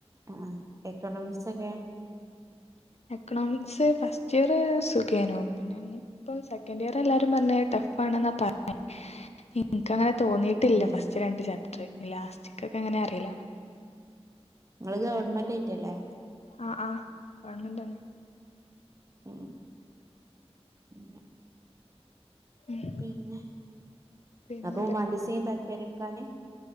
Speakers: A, on the right; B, on the left.
A: ആ എക്കോണമിക്സ് ഒക്കെ
B: എക്കണോമിക്സ് ഫസ്റ്റ് ഇയർ സുഖേനോ പിന്നെ ഇപ്പോ സെക്കൻഡ് ഇയർ എല്ലാവരും പറഞ്ഞ് ടഫ ണെന്ന പറഞ്ഞെ ഇന്ക്ക് അങ്ങനെ തോന്നിയിട്ടില്ല
A: ഏഹ്
B: ഫസ്റ്റ് രണ്ട് ചാപ്റ്റർ ലാസ്റ്റക്കൊക്കെ അങ്ങനെ അറിയില്ല
A: നിങ്ങള് ഗവൺമെന്റ് ആയിട്ടല്ലേ
B: ആ ആ ഗവൺമെന്റ് തന്നെ
A: ഉം ഉം
B: ഉം.
A: പിന്നെ
B: പിന്നെ
A: നക് ഹ്യുമാനിറ്റീസ താല്പര്യം എടുക്കാന്